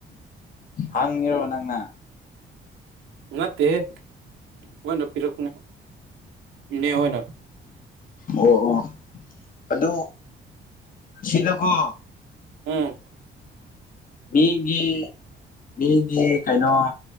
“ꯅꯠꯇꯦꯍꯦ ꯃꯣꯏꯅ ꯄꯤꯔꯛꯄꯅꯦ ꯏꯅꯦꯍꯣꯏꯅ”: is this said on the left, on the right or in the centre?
Right